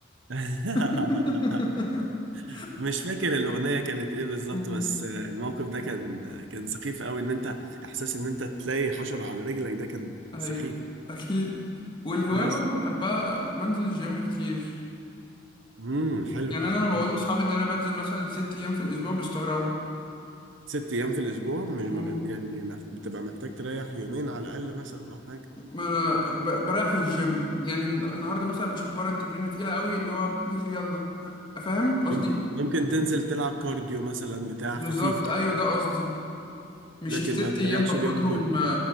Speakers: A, on the right; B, on the left.
A: <laughs>
B: <laughs>
A: مش فاكر الأغنية كانت إيه بالظبط
B: مم.
A: بس الموقف ده كان كان سخيف قوي إن أنت إحساس إن أنت تلاقي حشرة على رجلك ده كان
B: ايوه
A: سخيف
B: اكيد والهوايه
A: بس
B: برضه بحبها بنزل الجيم كتير
A: امم حلو
B: يعني انا لما بقول
A: حلو.
B: لاصحابي ان انا بنزل مثلا ست ايام في الاسبوع بيستغربوا
A: ست أيام في الأسبوع مش
B: مم.
A: ما بي- يعني مح- بتبقى محتاج تريح يومين على الأقل مثلا أو حاجة
B: ما انا ب- بريح في الجيم يعني الن- النهارده مثلا مش هتمرن تمرينه تقيله قوي اللي هو نازل يلا ه- فاهم قصدي
A: ممكن ممكن تنزل تلعب كارديو مثلا بتاع
B: بالظبط
A: خفيف كده
B: ايوه ده قصدي مش
A: لكن
B: الست
A: ما تريحش
B: ايام باخدهم
A: اليوم كله